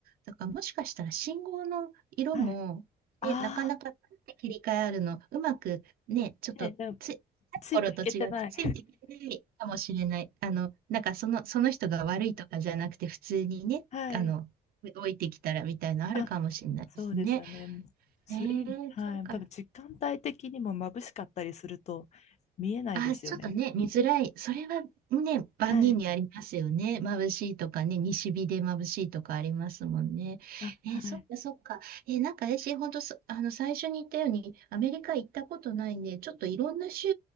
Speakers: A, on the right; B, on the left.
A: だからもしかしたら信号の色も、
B: はい。あ
A: ね、なかなかパッて切り替えあるの、うまくね、ちょっとつい、
B: あ、ね、でもついていけてない。
A: 頃と違ってついてきてないかもしれない。あの、なんかその、その人が悪いとかじゃなくて、普通にね、
B: <laughs> はい。
A: あの、動いてきたらみたいなのあるかもしれないですね。
B: あ、そそうですよね。もうそれに、
A: えー、
B: はい、
A: そうか。
B: 多分時間帯的にも眩しかったりすると見えないですよね。
A: あ、ちょっとね、見づらい。それはね、万人にありますよね。
B: はい。
A: 眩しいとかね、西日で眩しいとかありますもんね。
B: あ、はい。
A: えーそっかそっか。えーなんか私、本当そあの、最初に言ったように、アメリカ行ったことないんで、ちょっといろんな州、